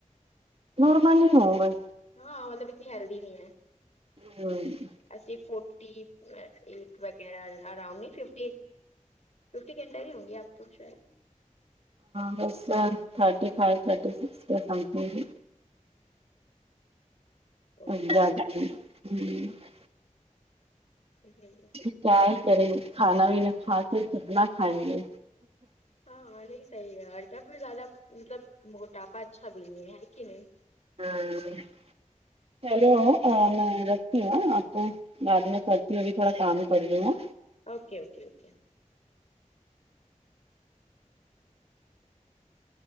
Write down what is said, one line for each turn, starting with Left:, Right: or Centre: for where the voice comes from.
Right: نورملی ہی ہوں نورمل
Left: ہاں مطلب اتنی ہیلدی نہیں ہے
Right: <unintelligible>
Left: اسی فورٹی ایٹ وغیرہ اراؤنڈ نہیں ففٹی ایٹ فیفٹی کے اندر ہی ہوں گی آپ تو شاید
Right: بس thirty five thirty six something بھی
Left: تو
Right: <unintelligible>
Left: <unintelligible>
Right: کیا ہی کریں گے کھانا بھی نہ کھا کے سب نا کھائیں گے
Left: ہاں نہیں صحیح ہے اور کیا پھر زیادہ مطلب موٹاپا اچھا بھی نہیں ہے کہ نہیں
Right: ہمم چلو میں رکھتی ہوں آپ کو بعد میں کرتی ہوں ابھی تھوڑا کام کری ہوں
Left: اوکے اوکے اوکے